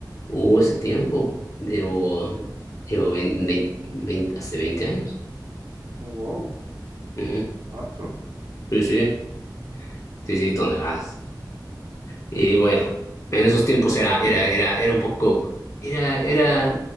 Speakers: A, on the left; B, on the right.
A: Hubo ese tiempo, debo,
B: ¿En serio?
A: llevo 20, 20 20 hace 20 años.
B: Wow,
A: Ujú.
B: harto.
A: Sí, sí, sí, sí, toneladas. Y bueno, en esos tiempos era, era, era, era un poco, era, era,